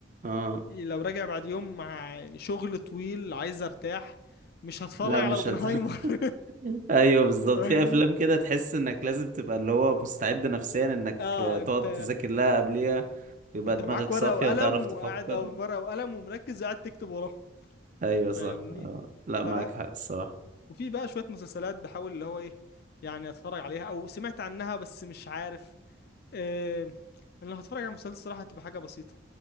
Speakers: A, on the right; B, on the left.
A: اه
B: لو راجع بعد يوم مع يعني شغل طويل عايز ارتاح مش هتفرج
A: لا
B: على
A: مش
B: اوبنهايمر
A: هت
B: <laughs>
A: <laughs> ايوه بالظبط
B: فاهمني
A: في افلام كده تحس انك لازم تبقى اللي هو مستعد نفسيا انك
B: اه انت
A: تقعد تذاكر لها قبليها ويبقى
B: انت
A: دماغك
B: معاك ورقة
A: صافيه
B: وقلم
A: وتعرف تفكر
B: وقاعد اه ورقة وقلم ومركز قاعد تكتب وراه
A: ايوه صح
B: فاهمني
A: اه لا
B: فلا
A: معاك حق الصراحه
B: وفي بقى شوية مسلسلات بحاول اللي هو ايه يعني اتفرج عليها او سمعت عنها بس مش عارف آه انا لو هتفرج على مسلسل صراحة هتبقى حاجة بسيطة